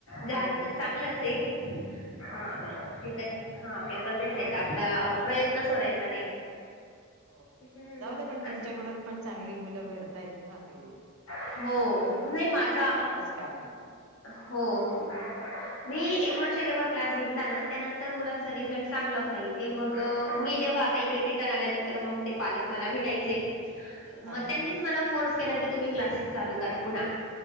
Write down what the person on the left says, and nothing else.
झालं
तर चांगलंच आहे, हा.
हा पेपर देत राहायचा, आपला प्रयत्न सोडायचा नाही.
हम्म
असं
हो, नाही माझा
हो हो मी एक वर्ष जेव्हा क्लास घेतला ना, त्यानंतर मुलांचा रिझल्ट चांगला होता इ थे मग अ, मी जेव्हा आता इकडे रिटर्न आल्यानंतर मग ते पालक मला भेटायचे. मग
त्यांनीच मला फोर्स केला की तुम्ही क्लासेस चालू करा पुन्हा,